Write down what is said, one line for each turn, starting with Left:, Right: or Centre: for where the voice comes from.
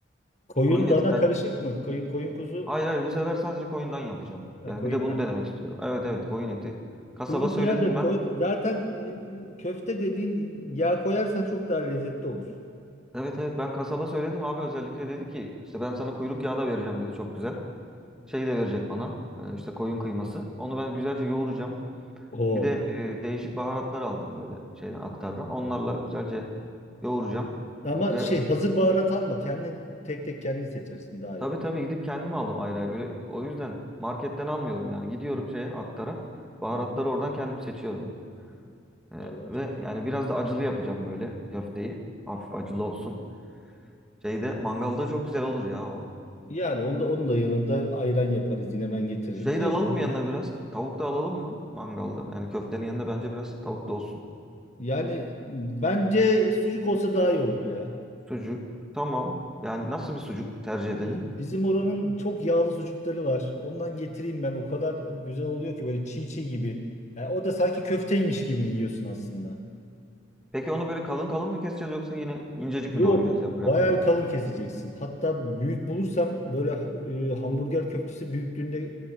Left: Koyun
Centre: Koyun etinden
Left: dana karışık mı? Koyun koyun kuzu
Centre: Hayır hayır bu sefer sadece koyundan yapacağım.
Left: ha,
Centre: Yani
Left: koyun
Centre: bir de bunu
Left: dana.
Centre: denemek istiyorum. Evet evet koyun eti. Kasaba
Left: Kuyruk
Centre: söyledim
Left: yağı da koy.
Centre: ben.
Left: Zaten e, köfte dediğin yağ koyarsan çok daha lezzetli olur.
Centre: Evet evet ben kasaba söyledim abi özellikle dedi ki işte ben sana kuyruk yağı da vereceğim dedi çok güzel. Şey de verecek bana e, işte koyun kıyması. Onu ben güzelce yoğuracağım.
Left: Oo.
Centre: Bir de e, değişik baharatlar aldım böyle şeyden aktardan. Onlarla güzelce yoğuracağım.
Left: Ama
Centre: Ve
Left: şey hazır
Centre: bir-
Left: baharat alma. Kendin tek tek kendin seçersin daha
Centre: tabii
Left: iyi olur.
Centre: tabii gidip kendim aldım ayrı ayrı. Öyle, o yüzden marketten almıyorum yani. Gidiyorum şeye aktara. Baharatları
Left: Hı hı.
Centre: oradan kendim seçiyorum. Ee,
Left: Vallahi
Centre: ve
Left: çok
Centre: yani
Left: iyi.
Centre: biraz da acılı yapacağım böyle köfteyi. Hafif acılı olsun. Şeyde mangalda çok güzel olur ya o.
Left: Yani onda onun da yanında ayran yaparız yine ben getiririm.
Centre: Şey
Left: Tabii
Centre: de alalım
Left: ki.
Centre: mı yanına biraz. Tavuk da alalım mı mangalda? Yani köftenin yanında bence biraz tavuk da olsun.
Left: Yani bence sucuk olsa daha iyi olur ya.
Centre: Sucuk. Tamam. Yani nasıl
Left: Sucuk.
Centre: bir sucuk tercih
Left: Bizim,
Centre: edelim?
Left: bizim oranın çok yağlı sucukları var. Ondan getireyim ben. O kadar güzel oluyor ki böyle çiğ çiğ gibi. Yani o da sanki köfteymiş gibi yiyorsun aslında.
Centre: Peki onu böyle kalın kalın mı keseceğiz yoksa yine incecik
Left: Yok.
Centre: mi doğrayacağız yaprak
Left: Bayağı
Centre: gibi?
Left: bir kalın keseceksin. Hatta büyük bulursam böyle e, hamburger köftesi büyüklüğünde